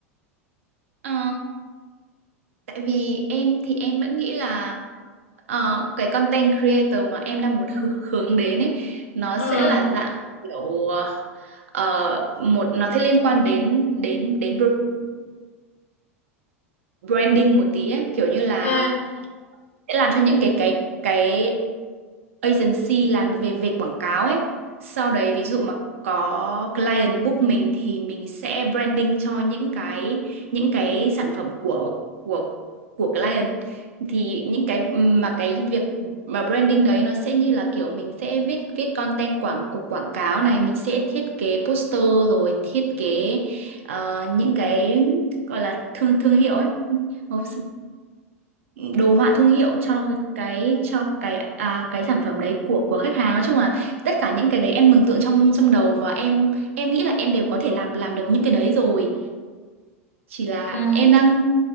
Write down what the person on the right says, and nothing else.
Ờ, Tại vì em thì em vẫn nghĩ là ờ, cái content creator mà em đang muốn hư- hướng đến ấy nó
sẽ là dạng kiểu ờ, ờ, một nó sẽ liên quan đến đến đến br- branding một tí ấy. Kiểu như là
sẽ làm cho những cái cái cái agency làm về việc quảng cáo ấy. Sau đấy ví dụ mà có client book mình thì mình sẽ branding cho những cái những cái sản phẩm của của của client. Thì những cái mà cái việc mà branding đấy nó sẽ như là kiểu mình sẽ viết viết content quảng cuộc quảng cáo này, mình sẽ thiết kế poster rồi thiết kế ờ, những cái gọi là thương thương hiệu ấy. Một, đồ họa thương hiệu cho cái cái- cho cái à, cái sản phẩm đấy của của khách hàng nói chung là tất cả những cái đấy em mường tượng trong trong đầu và em em nghĩ là em đều có thể làm làm được những cái đấy rồi chỉ là
em đang